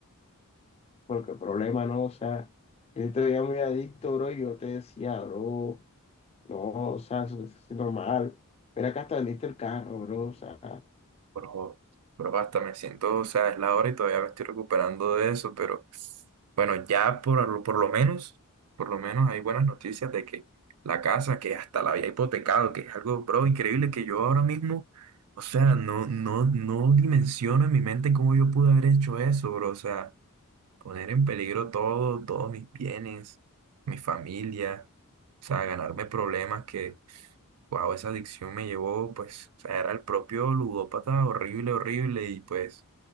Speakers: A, on the left (about 25°); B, on the right (about 75°).
A: porque el problema no, o sea, yo te veía muy adicto bro y yo te decía bro. No, o sea, eso es normal. Mira que hasta vendiste el carro, bro. O sea,
B: Bro, bro, hasta me siento, o sea, es la hora y todavía me estoy recuperando de eso, pero bueno, ya por, lo- por lo menos, por lo menos hay buenas noticias de que la casa, que hasta la había hipotecado, que es algo, bro, increíble que yo ahora mismo, o sea, no, no, no dimensiono en mi mente cómo yo pude haber hecho eso, bro, o sea, poner en peligro todo, todos mis bienes, mi familia, o sea, ganarme problemas Wow, esa adicción me llevó, pues, o sea, era el propio ludópata, horrible, horrible, y pues